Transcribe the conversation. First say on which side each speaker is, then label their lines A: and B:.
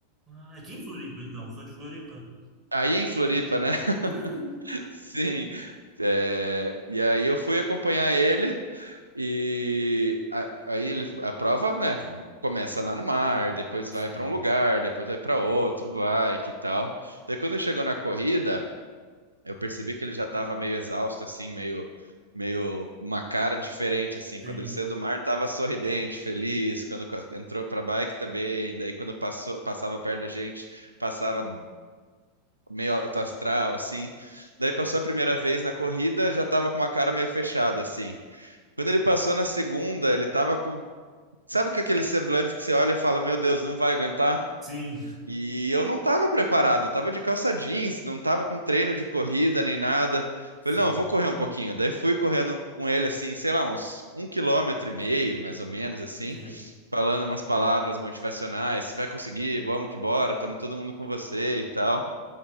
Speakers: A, on the right; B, on the right.
A: Ah, aqui em Floripa, então. Sou de Floripa.
B: Aí em Floripa, né?
A: <laughs>
B: <laughs> Sim. É, e aí eu fui acompanhar ele e a- aí ele, a prova, né? Começa lá no mar, depois
A: Sim,
B: vai para um lugar, depois vai para outro, vai que tal. Daí quando chegou na corrida Eu percebi que ele já estava meio exausto, assim, meio, meio uma cara diferente, assim.
A: sim,
B: Quando ele saiu do mar, estava sorridente, feliz. Quando co- entrou para a bike também. Daí, quando passou, passava perto da gente, passava meio alto astral, assim. Daí, passou a primeira vez na corrida, já estava com uma cara meio fechada, assim. Quando ele passou na segunda, ele estava com. Sabe com aquele semblante que você olha e fala: Meu Deus, não vai aguentar?
A: sim,
B: E eu não estava preparado, eu estava de calça jeans, não estava com treino de corrida nem nada.
A: sim,
B: Falei, não, eu vou correr um pouquinho. Daí fui correndo com ele assim, sei lá, uns um quilômetro e meio, mais ou menos assim,
A: sim.
B: falando umas palavras motivacionais, você vai conseguir, vamos que bora, estamos todo mundo com você e tal.